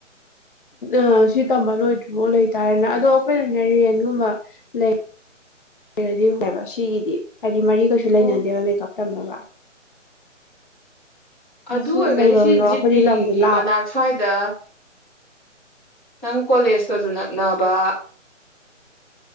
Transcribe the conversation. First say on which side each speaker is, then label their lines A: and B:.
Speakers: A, on the left (about 40°); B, in the centre.
A: ꯑ ꯁꯤ ꯇꯝꯕ ꯂꯣꯏꯗ꯭ꯔꯤꯕꯥꯎ ꯂꯩꯇꯥꯔꯦꯟꯅ ꯑꯗꯣ ꯑꯩꯈꯣꯏꯅꯅꯦ ꯔꯦꯟꯒꯨꯝꯕ ꯂꯩ ꯔꯗꯤ ꯐꯩꯕ ꯁꯤꯒꯤꯗꯤ ꯍꯥꯏ ꯃꯔꯤ ꯀꯩꯁꯨ ꯂꯩꯅꯗꯦꯕ
B: ꯑꯣ
A: ꯃꯦꯀꯞ ꯇꯝꯕꯒ
B: ꯑꯗꯨ
A: ꯁꯨꯝ
B: ꯑꯣꯏꯔꯒꯗꯤ
A: ꯂꯩꯐꯝꯗꯣ
B: ꯁꯤ ꯖꯤꯄꯤꯒꯤ
A: ꯑꯩꯈꯣꯏꯗꯤ ꯂꯝꯗꯣ ꯂꯥꯞ
B: ꯃꯅꯥꯛ ꯁ꯭ꯋꯥꯏꯗ ꯅꯪ ꯀꯣꯂꯦꯖꯀꯁꯨ ꯅꯛꯅꯕ